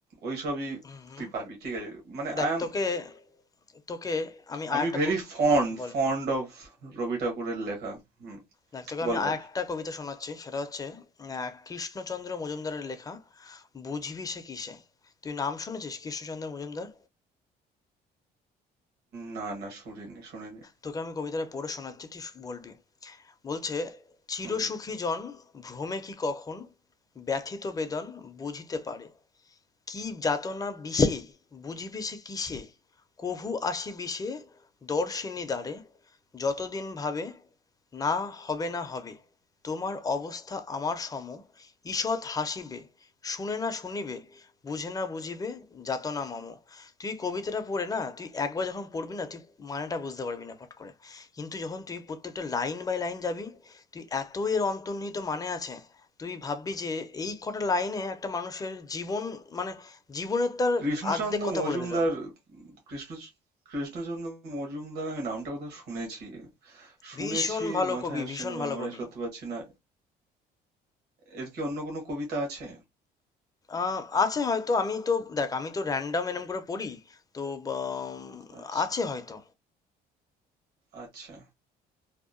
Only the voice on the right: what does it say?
ওই সবই
তুই পাবি ঠিক আছে মানে
আই এম
আমি
very
fond
fond of Rabi ঠাকুরের লেখা হুম
বল
বল
না না শুনিনি শুনিনি
হুম হুম
কৃষ্ণচন্দ্র
মজুমদার
কৃষ্ণ কৃষ্ণচন্দ্র মজুমদার আমি নামটা কোথাও শুনেছি শুনেছি
মাথায়
আসছে
না আমি
মেমোরাইজ
করতে পারছি না এর কি অন্য কোনো কবিতা আছে
আচ্ছা
আচ্ছা